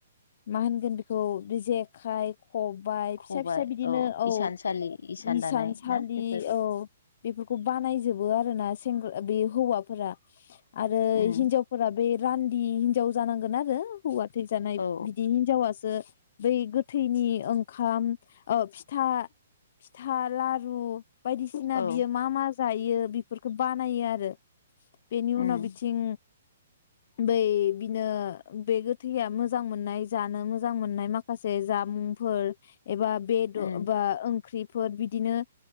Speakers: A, on the left; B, on the left.
A: मा होनगोन बेखौ बे जेखाय खबाय
B: खबाय
A: फिसा फिसा बिदिनो औ
B: इसानसालि
A: ।
B: इसान
A: इसानसालि
B: दानाय ना बेफोर
A: औ बेफोरखौ बानायजोबो आरोना। सेंग्रा बे हौवाफोरा । आरो
B: उम
A: हिनजावफोरा बे रान्दि हिन्जाव जानांगोन आरो हौवा थैजानाय
B: औ
A: बिदि हिनजावासो बै गोथैनि ओंखाम ओ फिथा फिथा लारु बायदिसिना
B: औ
A: बियो मा मा जायो बेफोरखौ बानायो आरो । बेनि उनाव
B: उम
A: बिथिं बै बिनो बे गोथैया मोजां मोननाय जानो मोजां मोननाय माखासे जामुंफोर एबा बे <inaudible>
B: उम
A: बा ओंख्रिफोर बिदिनो